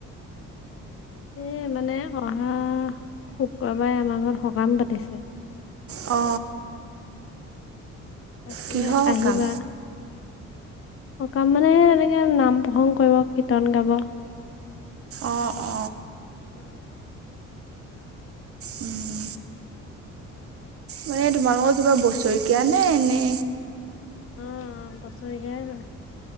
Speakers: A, on the left (about 45°); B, on the right (about 50°).
A: এই, মানে অহা শুক্ৰবাৰে, আমাৰ ঘৰত সকাম পাতিছে।
B: অ,
A: তাকে,
B: কিহৰ
A: আহিবা।
B: সকাম
A: সকাম, মানে এনেকে নাম প্ৰসংগ কৰিব, কীৰ্তন গাব।
B: অ, অ,
A: অ,
B: উম, মানে তোমালোকৰ কিবা বছৰেকীয়া নে, এনে।
A: অ, অ, বছৰেকীয়াই হয়।